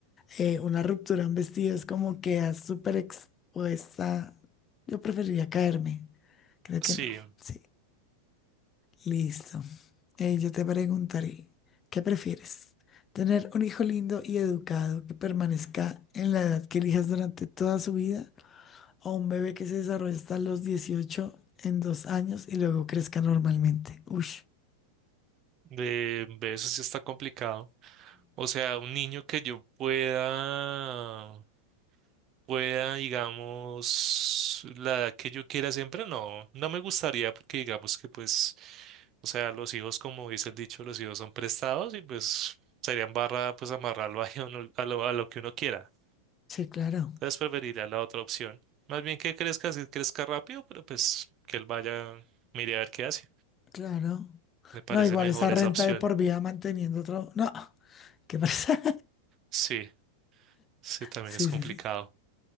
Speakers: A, on the left; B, on the right.
A: eh, una ruptura, un vestido, es como quedas súper expuesta. Yo preferiría caerme. Creo
B: sí,
A: que no. Sí, listo. Eh, yo te preguntaré, ¿qué prefieres? ¿Tener un hijo lindo y educado que permanezca en la edad que elijas durante toda su vida o un bebé que se desarrolle hasta los 18 en dos años y luego crezca normalmente? Uy,
B: de, de eso sí está complicado. O sea, un niño que yo pueda pueda, digamos, la edad que yo quiera siempre, no, no me gustaría porque digamos que pues, o sea, los hijos, como dice el dicho, los hijos son prestados y pues sería embarrada pues amarrarlo ahí a, uno- a lo, a lo que uno quiera.
A: sí, claro,
B: Entonces preferiría la otra opción. Más bien que crezca, si crezca rápido, pero pues que él vaya, mire a ver qué hace.
A: claro.
B: Me parece
A: No, igual
B: mejor
A: esa renta
B: esa opción.
A: de por vida manteniendo otro... No, ¿qué pasa?
B: Sí, sí, también
A: Sí,
B: es complicado.
A: sí, sí.